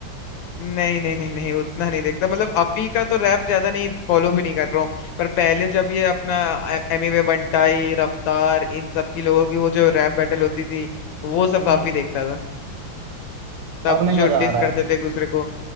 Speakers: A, on the left; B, on the right.
A: नहीं नहीं नहीं नहीं उतना नहीं देखता मतलब अभी का तो रैप ज्यादा नहीं फॉलो भी नहीं कर रहा हूँ पर पहले जब ये अपना एमिवे बंटाई रफ्तार इन सब की लोगों की वो जो रैप बैटल होती थी वो
B: हम्म
A: सब काफी
B: हम्म।
A: देखता था तब
B: अब नहीं
A: जो
B: मजा
A: डिस
B: आ रहा
A: करते
B: है
A: थे एक दूसरे को